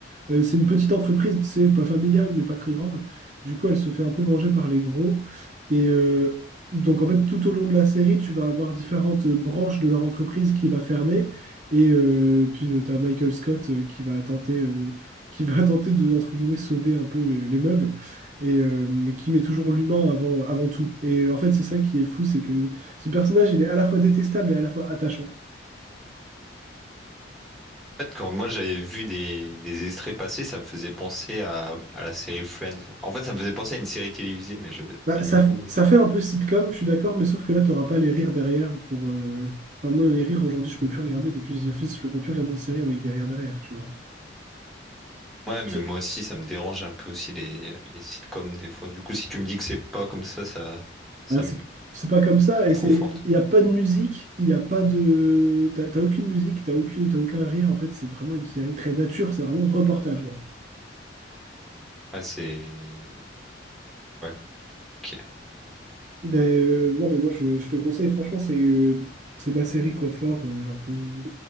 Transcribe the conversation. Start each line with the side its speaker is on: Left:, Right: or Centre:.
Right: euh, c'est une petite entreprise, tu sais, pas familiale, mais pas très grande. Du coup, elle se fait un peu manger par les gros. Et euh, donc, en fait, tout au long de la série, tu vas avoir différentes euh, branches de leur entreprise qui va fermer. Et euh, puis, tu as Michael Scott euh, qui va tenter, euh, qui va <laughs> tenter de, entre guillemets, sauver un peu les, les meubles. Et, euh, mais qui met toujours l'humain avant, avant tout. Et euh, en fait, c'est ça qui est fou, c'est que ce personnage, il est à la fois détestable et à la fois attachant.
Centre: En fait, quand moi j'avais vu des, des extraits passés, ça me faisait penser à, à la série Friends. En fait, ça me faisait penser à une série télévisée, mais je
Right: Bah,
Centre: mais du
Right: ça,
Centre: coup.
Right: f-
Centre: euh,
Right: ça fait un peu sitcom, je suis d'accord, mais sauf que là, t'auras pas les rires derrière pour. euh, enfin, moi, les rires aujourd'hui, je peux plus regarder depuis The Office, je peux plus regarder une série avec des rires derrière, tu vois.
Centre: Ouais, mais
Right: C'est-
Centre: moi aussi, ça me dérange un peu aussi les, les sitcoms des fois. Du coup, si tu me dis que c'est pas comme ça, ça, ça
Right: Ah, c'est
Centre: me,
Right: c'est pas comme ça,
Centre: ça
Right: et
Centre: me
Right: c'est,
Centre: conforte.
Right: il n'y a pas de musique, il n'y a pas de. T'as t'as aucune musique, t'as aucune, t'as aucun rire, en fait, c'est vraiment une série très nature, c'est vraiment reportage,
Centre: Ouais, c'est... Ouais, ok.
Right: Ben, euh, non, mais moi, je, je te conseille, franchement, c'est euh, c'est ma série confort. euh, genre, comme-